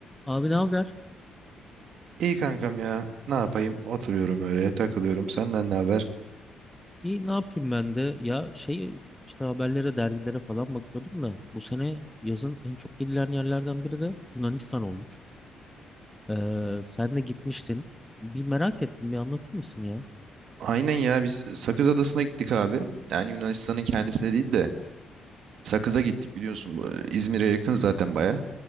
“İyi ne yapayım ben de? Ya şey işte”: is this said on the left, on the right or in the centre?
Centre